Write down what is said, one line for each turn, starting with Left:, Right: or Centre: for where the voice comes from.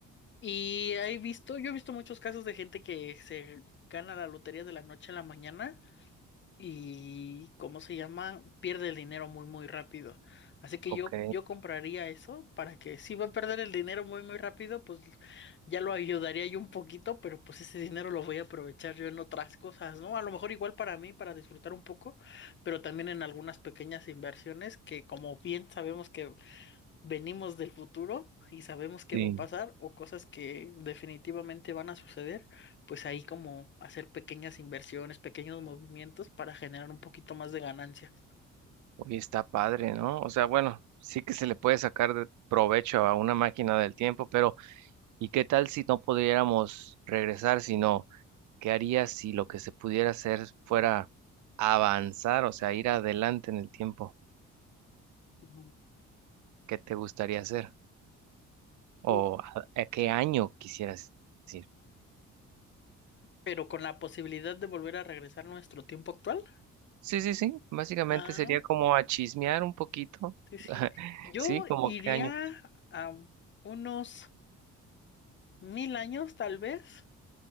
Left: Y he visto, yo he visto muchos casos de gente que se gana la lotería de la noche a la mañana y ¿cómo se llama? Pierde el dinero muy muy rápido. Así que
Right: ok,
Left: yo yo compraría eso para que si va a perder el dinero muy muy rápido, pues ya lo ayudaría yo un poquito, pero pues ese dinero lo voy a aprovechar yo en otras cosas, ¿no? A lo mejor igual para mí, para disfrutar un poco, pero también en algunas pequeñas inversiones que como bien sabemos que venimos del futuro y sabemos qué
Right: sí.
Left: va a pasar o cosas que definitivamente van a suceder, pues ahí como hacer pequeñas inversiones, pequeños movimientos para generar un poquito más de ganancias.
Right: Oye, está padre, ¿no? O sea, bueno, sí que se le puede sacar de provecho a una máquina del tiempo, pero ¿y qué tal si no pudiéramos regresar, sino ¿Qué harías si lo que se pudiera hacer fuera avanzar, o sea, ir adelante en el tiempo?
Left: Ujú.
Right: ¿Qué te gustaría hacer? ¿O
Left: Uh,
Right: a, a qué año quisieras ir?
Left: pero con la posibilidad de volver a regresar a nuestro tiempo actual.
Right: Sí, sí, sí. Básicamente
Left: Ah,
Right: sería como a chismear un poquito.
Left: sí, sí.
Right: <laughs>
Left: Yo
Right: Sí, como
Left: iría
Right: qué año.
Left: a unos mil años, tal vez,